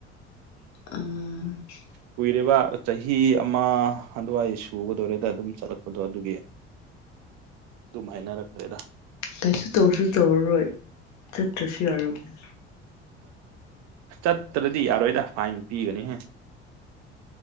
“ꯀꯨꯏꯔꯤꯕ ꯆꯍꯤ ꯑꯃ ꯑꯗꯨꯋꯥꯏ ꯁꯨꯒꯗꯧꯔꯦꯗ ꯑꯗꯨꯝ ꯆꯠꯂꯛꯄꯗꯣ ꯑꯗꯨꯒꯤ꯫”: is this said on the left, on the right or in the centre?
Right